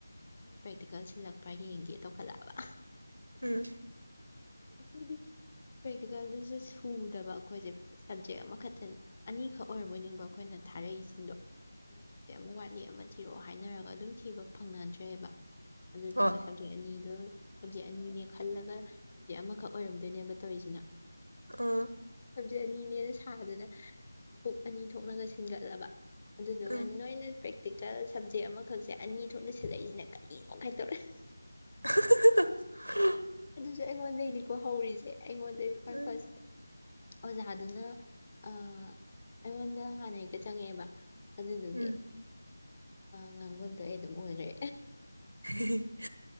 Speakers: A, on the left; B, on the right.
A: ꯅꯣꯏ ꯄ꯭ꯔꯦꯛꯇꯤꯀꯦꯜ ꯁꯤꯜꯂꯛꯄ꯭ꯔꯥ ꯌꯦꯡꯒꯦ ꯇꯧꯈꯠꯂꯛꯑꯕ
B: ꯎꯝ
A: ꯍꯥꯏꯗꯤ ꯄ꯭ꯔꯦꯛꯇꯤꯀꯦꯜꯗꯨꯁꯨ ꯁꯨꯗꯕ ꯑꯩꯈꯣꯏꯁꯦ ꯁꯕꯖꯦꯛ ꯑꯃꯈꯛꯇ ꯑꯅꯤꯈꯛ ꯑꯣꯏꯔꯕꯣꯏ ꯅꯤꯡꯕ ꯑꯩꯈꯣꯏꯅ ꯊꯥꯔꯛꯏꯁꯤꯡꯗꯣ ꯑꯗꯨ ꯁꯞꯖꯦꯛ ꯑꯃ ꯋꯥꯠꯂꯤ ꯑꯃ ꯊꯤꯔꯛꯑꯣ ꯍꯥꯏꯅꯔꯒ ꯑꯗꯨꯝ ꯊꯤꯕ ꯐꯪꯅꯗ꯭ꯔꯦꯕ ꯑꯗꯨꯗꯨꯒ
B: ꯍꯣꯏ
A: ꯁꯞꯖꯦꯛ ꯑꯅꯤꯗꯣ ꯁꯞꯖꯦꯛ ꯑꯅꯤꯅꯦ ꯈꯜꯂꯒ ꯁꯕꯖꯦꯛ ꯑꯃꯈꯛ ꯑꯣꯏꯔꯝꯗꯣꯏꯅꯦꯕ ꯇꯧꯔꯤꯁꯤꯅ
B: ꯑꯥ
A: ꯁꯕꯖꯤꯦ ꯑꯅꯤꯅꯦꯅ ꯁꯥꯗꯅ ꯕꯨꯛ ꯑꯅꯤ ꯊꯣꯛꯂꯒ ꯁꯤꯟꯒꯠꯂꯕ ꯑꯗꯨꯗꯨꯒ
B: ꯎꯝ
A: ꯅꯣꯏꯅ ꯄ꯭ꯔꯦꯛꯇꯤꯀꯦꯜ ꯁꯕꯖꯦꯛ ꯑꯃꯈꯛꯁꯦ ꯑꯅꯤ ꯊꯣꯛꯅ ꯁꯤꯜꯂꯛꯏꯁꯤꯅ ꯀꯔꯤꯅꯣ ꯒ ꯇꯧꯔꯛꯌꯦ
B: <unintelligible>
A: ꯑꯗꯨꯁꯨ ꯑꯩꯉꯣꯟꯗꯒꯤꯩꯅꯤꯀꯣ ꯍꯧꯔꯤꯁꯦ ꯑꯩꯉꯣꯟꯗꯩ ꯈ꯭ꯋꯥꯏ
B: ꯎꯝ
A: ꯐꯥꯔꯁꯇ ꯑꯣꯖꯥꯗꯨꯅ ꯑ ꯑꯩꯉꯣꯟꯗ ꯍꯥꯟꯅ ꯍꯦꯛꯇ ꯆꯪꯉꯛꯑꯦꯕ ꯑꯗꯨꯗꯨꯒꯤ
B: ꯎꯝ
A: ꯉꯥꯡꯐꯝꯗꯣ ꯑꯩ ꯑꯗꯨꯝ ꯑꯣꯏꯈ꯭ꯔꯦ
B: <unintelligible>